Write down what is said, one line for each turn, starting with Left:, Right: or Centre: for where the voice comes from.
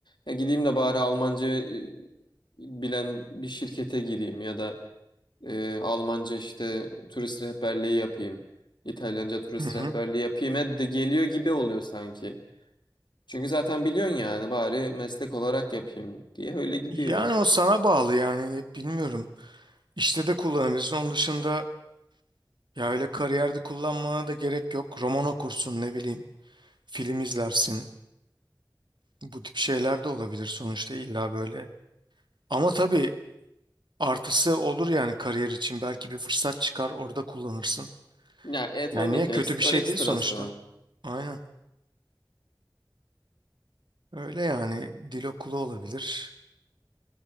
Left: Ya gideyim de bari Almanca e, bilen bir şirkete gireyim ya da e, Almanca işte turist rehberliği yapayım. İtalyanca turist
Right: Hı hı.
Left: rehberliği yapayım. E de geliyor gibi oluyor sanki. Çünkü zaten biliyorsun yani bari meslek olarak yapayım diye öyle gidiyor.
Right: Yani o sana bağlı yani bilmiyorum. İşte de kullanabilirsin. Onun dışında Ya öyle kariyerde kullanmana da gerek yok. Roman okursun ne bileyim. Film izlersin. Bu tip şeyler de olabilir sonuçta illa böyle. Ama tabii artısı olur yani kariyer için. Belki bir fırsat çıkar orada kullanırsın.
Left: Ya e tabii
Right: Yani niye
Left: ki
Right: kötü
Left: eks-
Right: bir şey
Left: o ekstrası.
Right: değil sonuçta.
Left: o.
Right: Aynen. Öyle yani dil okulu olabilir.